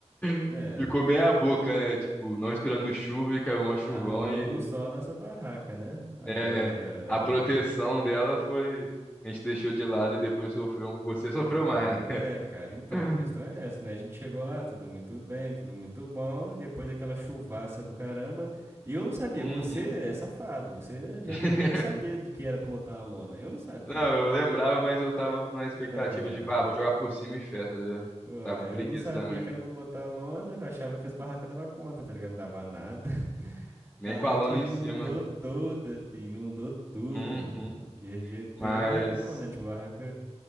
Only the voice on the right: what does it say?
É,
armamos
só a nossa barraca, né? Agora,
né?
Então,
né?
É, cara, então,
a questão é essa, né? A gente chegou lá, tudo muito bem, tudo muito bom, depois daquela chuvaça do caramba. E eu não sabia,
você é safado, você já
deveria saber de que era pra botar uma lona. Eu não sabia.
Ah,
Ué,
eu não sabia
que era pra botar lona, eu achava que as barracas davam conta, tá ligado? Não dava nada. <laughs> Barraca
inundou
toda, filho, inundou tudo.
Perdi, perdi
a barraca não, né? Tipo, a barraca...